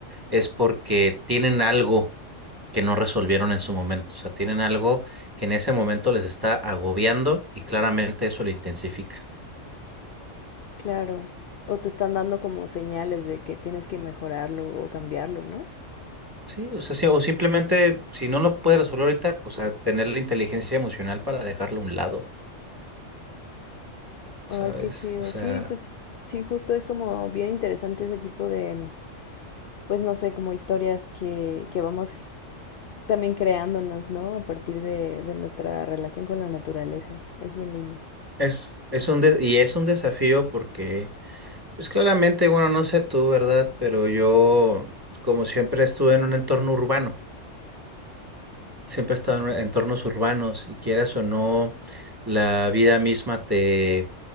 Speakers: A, on the right; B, on the left.
A: es porque tienen algo que no resolvieron en su momento. O sea, tienen algo que en ese momento les está agobiando y claramente eso lo intensifica.
B: Claro. O te están dando como señales de que tienes que mejorarlo o cambiarlo, ¿no?
A: Sí, o sea, sí, o simplemente si no lo puedes resolver ahorita, pues a tener la inteligencia emocional para dejarlo a un lado, ¿sabes?
B: Ay, qué chido.
A: O sea,
B: Sí, pues sí, justo es como bien interesante ese tipo de, pues no sé, como historias que, que vamos también creándonos, ¿no? A partir de, de nuestra relación con la naturaleza. Es bien lindo.
A: es, es un des- y es un desafío porque, pues claramente, bueno, no sé tú, ¿verdad? Pero yo, como siempre, estuve en un entorno urbano. siempre he estado en entornos urbanos y quieras o no, la vida misma te,